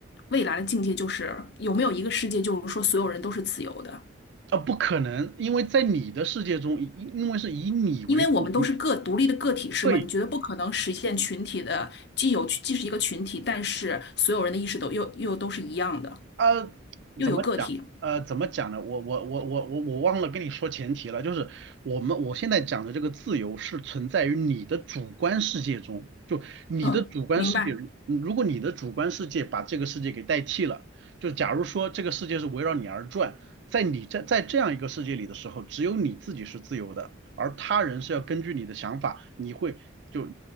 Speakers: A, on the left; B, on the right.
A: 未来的境界，就是有没有一个世界，就是说所有人都是自由的，
B: 啊、不可能，因为在你的世界中，因因为是以你为中心，
A: 因为我们都是个独立的个体，是吗？
B: 对，
A: 你觉得不可能实现群体的，既有既是一个群体，但是所有人的意识都又又都是一样的，
B: 呃，
A: 又有个体。
B: 怎么讲？呃，怎么讲呢？我我我我我我忘了跟你说前提了，就是我们我现在讲的这个自由是存在于你的主观世界中，就你的主观世界，
A: 嗯，明白。
B: 嗯如果你的主观世界把这个世界给代替了，就假如说这个世界是围绕你而转，在你在在这样一个世界里的时候，只有你自己是自由的，而他人是要根据你的想法，你会就